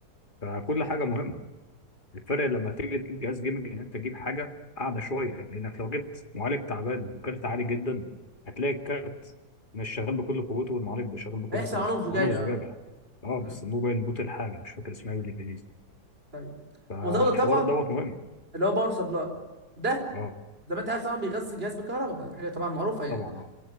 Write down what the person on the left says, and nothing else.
فكل حاجه مهمه الفرق لما تيجي تجيب جهاز جيمنج ان انت تجيب حاجه اعلى شويه لانك لو جبت معالج تعبان وكارت عالي جدا هتلاقي الكارت مش شغال بكل قوته والمعالج مش شغال بكل
قوته
وانا وزجاجه
اه
بس مو باين بوت الحاجه مش فاكر اسمها إيه بالانجليزي
فالحوار
دوت مهم
اه
طبعا اه